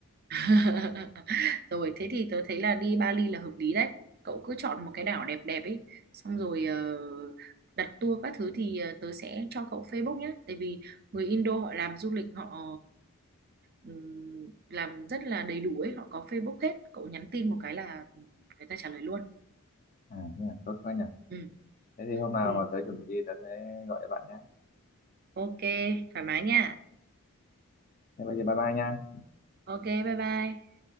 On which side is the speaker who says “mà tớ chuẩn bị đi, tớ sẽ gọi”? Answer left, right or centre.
Left